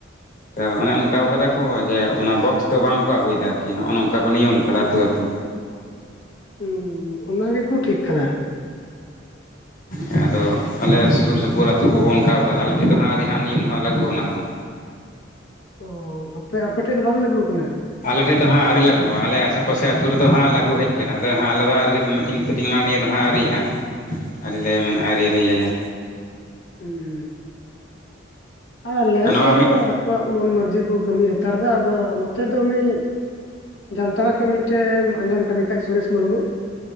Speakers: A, on the left (about 45°); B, on the left (about 80°).
A: ᱛᱚ ᱚᱱᱮ ᱚᱱᱠᱟᱣ ᱠᱟᱫᱟ ᱦᱚᱸ ᱡᱮ ᱚᱱᱟ ᱵᱚᱠᱥ ᱫᱚ ᱵᱟᱝ ᱠᱚ ᱟᱹᱜᱩᱭᱮᱫᱟ ᱟᱨᱠᱤ ᱦᱚᱸ ᱚ ᱱᱚᱝᱠᱟ ᱠᱚ ᱱᱤᱭᱚᱢ ᱟᱠᱟᱫᱟ ᱟᱹᱛᱩ ᱟᱹᱛᱩ
B: ᱦᱩᱸ ᱚᱱᱟ ᱜᱮᱠᱚ ᱴᱷᱤᱠ ᱠᱟᱫᱟ
A: ᱦᱮ ᱟᱫᱚ ᱟᱞᱮ ᱥᱩᱨ ᱥᱩᱯᱩᱨ ᱟᱹᱛᱩ ᱠᱩ ᱠᱩ ᱚᱱᱠᱟ ᱟᱫᱚ ᱟᱞᱮ ᱴᱷᱮᱱ ᱫᱚᱦᱟᱸᱜ ᱟᱹᱣᱨᱤ ᱫᱚᱦᱟᱜ ᱱᱚᱣᱟᱹᱢ ᱫᱚᱦᱟᱜ ᱞᱟᱹᱜᱩ ᱟ ᱚᱱᱟᱫᱚ ᱦᱟᱜ
B: ᱚᱻ ᱟᱯᱮ ᱟᱯᱮᱴᱷᱮᱡ ᱫᱚ ᱵᱟᱝ ᱞᱟᱹᱜᱩ ᱟᱠᱟᱱᱟ
A: ᱟᱞᱮ ᱴᱷᱮᱜ ᱫᱚ ᱦᱟᱜ ᱟᱹᱣᱨᱤ ᱞᱟᱹᱜᱩᱜ-ᱟ ᱟᱞᱮ ᱟᱥᱮ ᱯᱟᱥᱮ ᱟᱹᱛᱩ ᱨᱮᱫᱚ ᱦᱟᱸᱜ ᱞᱟᱹᱜᱩ ᱦᱮᱡ ᱠᱟᱱᱟ ᱟᱫᱚ ᱦᱟᱸᱜ ᱟᱞᱮ ᱫᱚ ᱢᱤᱴ ᱴᱤᱝ ᱛᱷᱮᱴᱤᱝ ᱚᱱᱟ ᱱᱤᱭᱟᱹ ᱫᱚ ᱦᱟᱸᱜ ᱟᱹᱣᱨᱤᱭᱟᱜ-ᱟ ᱟᱹᱣᱨᱤᱞᱮ
B: ᱚ
A: ᱢᱮᱱ ᱟᱨ ᱟᱣᱨᱤᱞᱮ ᱤᱭᱟᱭᱟ
B: ᱦᱩᱸ ᱟᱞᱮ
A: ᱟᱨ ᱱᱚᱣᱟ
B: ᱥᱮᱜ
A: ᱢᱤᱫ
B: ᱫᱚ ᱟᱠᱚᱣᱟᱜ ᱢᱚᱱ ᱢᱟᱨᱡᱤ ᱠᱚ ᱠᱟᱹᱢᱤ ᱦᱟᱛᱟᱲ ᱫᱟ ᱟᱫᱚ ᱱᱚᱛᱮ ᱫᱚ ᱩᱱᱤ ᱡᱟᱢᱛᱟᱲᱟ ᱠᱷᱚᱡ ᱢᱤᱫᱴᱮᱢ ᱟᱸᱡᱚᱢ ᱠᱟᱫᱮ ᱠᱷᱟᱡ ᱥᱩᱨᱮᱥ ᱢᱩᱨᱢᱩ